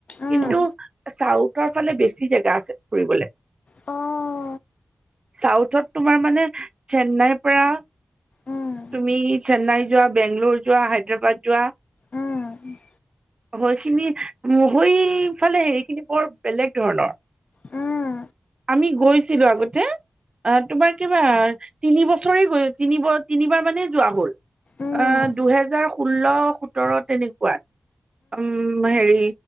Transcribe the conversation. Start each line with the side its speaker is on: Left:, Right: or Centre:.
Left: উম,
Right: কিন্তু চাউথৰ ফালে বেছি জেগা আছে ফুৰিবলে।
Left: অ'।
Right: চাউথত তোমাৰ মানে, চেন্নাইৰ পৰা
Left: উম,
Right: তুমি চেন্নাই যোৱা, বেংগলোৰ যোৱা, হায়দৰাবাদ যোৱা।
Left: উম,
Right: হয়খিনি মো হৈইফালে হেৰিখিনি বৰ বেলেগ ধৰণৰ।
Left: উম।
Right: আমি গৈছিলো আগতে অ তোমাৰ কিবা তিনিবছৰে গৈ তিনি তিনিবাৰ মানেই যোৱা হ'ল
Left: উম,
Right: অহ, দুহেজাৰ ষোল্ল সোতৰ তেনেকুৱাত। উম হেৰি